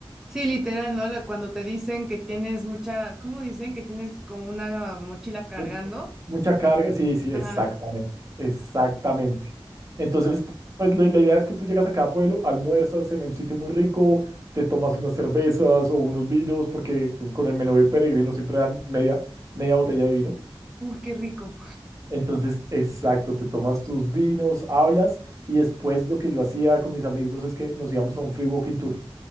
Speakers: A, in the centre; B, on the right.
A: sí, literal, ¿no? La- Cuando te dicen que tienes mucha, ¿cómo dicen? Que tienes como una mochila cargando.
B: Mu- mucha carga, sí, sí,
A: Ajá,
B: exactamente, exactamente. Entonces, pues la, la idea es que tú llegas a cada pueblo, almuerzas en un sitio muy rico, te tomas unas cervezas o unos vinos, porque con el menú de peregrino siempre dan media, media botella de vino.
A: uy, qué rico,
B: Entonces, exacto, te tomas tus vinos, hablas y después lo que yo hacía con mis amigos es que nos íbamos a un free walking tour.